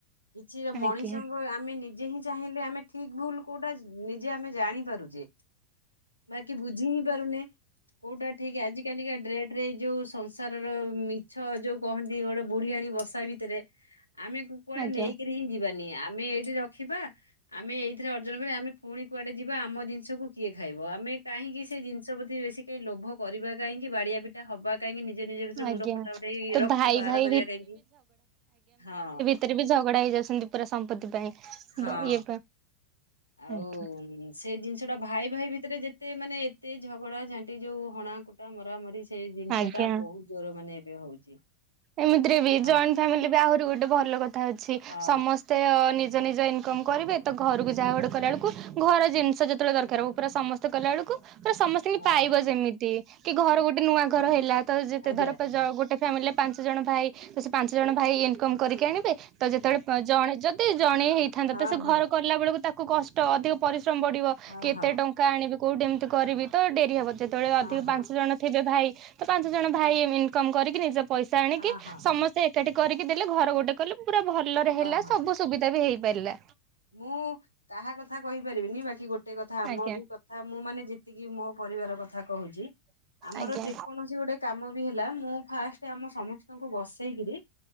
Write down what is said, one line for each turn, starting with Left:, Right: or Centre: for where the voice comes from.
Left: କିଛି
Right: ଆଜ୍ଞା
Left: ମଣିଷଙ୍କ ଆମେ ନିଜେ ହିଁ ଚାହିଁଲେ ଆମେ ଠିକ୍ ଭୁଲ କୋଉଟା ନିଜେ ଆମେ ଜାଣିପାରୁଚେ। ବାକି, ବୁଝି ହିଁ ପାରୁନେ। କୋଉଟା ଠିକ୍ ଆଜିି କାଲିକା ଡେଟ୍ ରେ ଏଇ ଯୋଉ ସଂସ୍ ସାରର ମିଛ ଯୋଉ କହନ୍ତି, ଗୋଟେ ବୁଢୀଆଣୀ ବସା ଭିତରେ ଆମେ କୁ-କୁଆଡେ
Right: ଆଜ୍ଞା।
Left: ନେଇକିରି ହିଁ ଯିବାନି। ଆମେ ଏଇଠି ରଖିବା, ଆମେ ଏଇଥିରେ ଅର୍ଜନ କରିବା। ଆମେ ପୁଣି କୁଆଡେ ଯିବା ଆମ ଜିନିଷକୁ କିଏ ଖାଇବ ଆମେ କାହିଁକି ସେ ଜିଷ ପ୍ରତି ବେଶୀ କାଇଁ ଲୋଭ। କରିବା କାହିଁକି ବାଡିଆ ପି ଟା ହବା କାହିଁକି ନିଜ ନିଜ ଭିତରେ
Right: ଆଜ୍ଞା।
Left: ମୁଣ୍ଡ ଫଟା ଫଟେଇ
Right: ତ
Left: ରକ୍ତ
Right: ଭାଇ
Left: ବାହାର
Right: ଭାଇ
Left: କରିବା କାହିଁକି ହଁ ‌।
Right: ସେଥେରେ ବି ଝଗଡା ହେଇଯାଉଛନ୍ତି ପୁରା ସମ୍ପତ୍ତି ପାଇଁ
Left: ହଁ
Right: ଇଏ ପାଇଁ
Left: ଆଉ
Right: ଆଜ୍ଞା।
Left: ସେ ଜିନିଷ ଟା ଭାଇ ଭାଇ ଭିତରେ ଯେତେ ମାନେ ଏତେ ଝଗଡା ଝାଣ୍ଟି ଯୋଉ ହଣା କୁ ଟା ମରା ମରି ସେଇ ଜିନିଷ
Right: ଆଜ୍ଞା।
Left: ଟା ବହୁତ ଜୋର ମାନେ ଏବେ ହଉଛି।
Right: ଏମିତିରେ ବି
Left: ହଁ
Right: ଜଏଣ୍ଟ ଫାମିଲି ବି ଆହୁରି ଗୋଟେ ଭଲ କଥା ଅଛି
Left: ହଁ
Right: ସମ ସ୍ତେ ନିଜ ନିଜ ଇନକମ୍ କରିବେ ତ ଘରକୁ ଯାହା ଗୁଟେ କରିଲା ବେଳକୁ ଘର ଜିନିଷ ଯେ ତେବେଳେ ଦରକାର ହବ ପୁରା ସମସ୍ତେ କଲା ବବେଳକୁ ପୁରା ସମସ୍ତେ କି
Left: ହଁ
Right: ପାଇବ ଯେମିତି। କି ଘର ଗୋଟେ ନୂଆ ଘର ହେଲା ତ ଯେତେ
Left: ଆଜ୍ଞା
Right: ଧର
Left: ହଁ
Right: ଯ ଗୋଟେ ଫ୍ୟାମିଲି ରେ ପାଞ୍ଚ ଜଣ ଭାଇ ତ ସେ ପାଞ୍ଚ ଜଣ ଭାଇ ଇନକମ କରିକି ଆଣିବେ ତ ଯେତେବେଳେ ଜଣେ ଯ ଯଦି ଜଣେ ହେଇଥାନ୍ତା
Left: ହଁ
Right: ତ ସେ
Left: ହଁ
Right: ଘର କଲା ବେଳକୁ ତାକୁ କଷ୍ଟ ଅଧିକ ପରିଶ୍ରମ ବଡ଼ିବ
Left: ହଁ
Right: କେତେ
Left: ହଁ
Right: ଟଙ୍କା। ଆଣିବି କୋଉଠି ଏମିତିି ବକରିବି ତ ଡେରି ହବ ଯେତେବେଳେ
Left: ହଁ ହଁ
Right: ଅଧିକ
Left: ହଁ
Right: ପାଞ୍ଚ ଜଣ। ଥିବେ ଭାଇ ତ ପାଞ୍ଚ ଜଣ ଭାଇ ଇନକମ କରିକି ନିଜ ପଇସା ଆଣିକି
Left: ହଁ ହଁ
Right: ସମସ୍ତେ। ଏକାଠି କରିକି ଦେଲେ ଘର ଗୋଟେ କଲେ ପୁରା ଭଲରେ ହେଲା
Left: ହଁ
Right: ସବୁ ସୁବିଧା ବି ହେଇପାରିଲା।
Left: ମୁଁ କାହା କଥା କହିପାରିବିନି ବାକି ଗୋଟେ କଥା ଆମରି
Right: ଆଜ୍ଞା
Left: କ ଥା ମୁଁ ମାନେ ଯେତିକି ମୋ ପରିବାର କଥା କହୁଛି ଆମର
Right: ଆଜ୍ଞା
Left: ଯେକୌଣସି ଗୋଟେ। କାମ ବି ହେଲା ମୁଁ ଫାଷ୍ଟ ଆମ ସମସ୍ତଙ୍କୁ ବସେଇ କିରି।